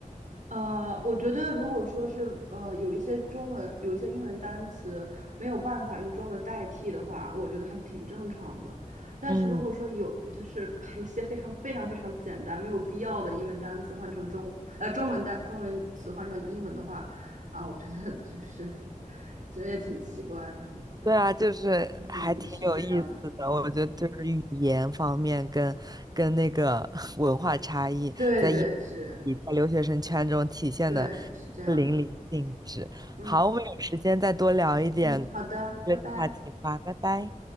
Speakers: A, on the right; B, on the right.
A: 呃，我觉得如果说是呃有一些中文有一些英文单词没有办法用中文代替的话，我觉得还是挺正常的。但是如果说有就是把一些非常非常非常简单没有必要的英文单词换成中呃中文单中文词换成英文的话，
B: 嗯。
A: 啊，我觉得就是 <laughs> 其实也挺奇怪的，对，
B: 对啊，就是还挺有意思的，
A: 嗯，是这样的，
B: 我觉得就是语言方面跟跟那个
A: 对，
B: <laughs> 文化差异，
A: 对对是，
B: 你在留学生圈中体现的
A: 对是这样的，
B: 淋漓尽致。
A: 嗯
B: 好，我们有时间再多聊一点
A: 嗯，好的，拜拜。
B: 这个话题吧，拜拜。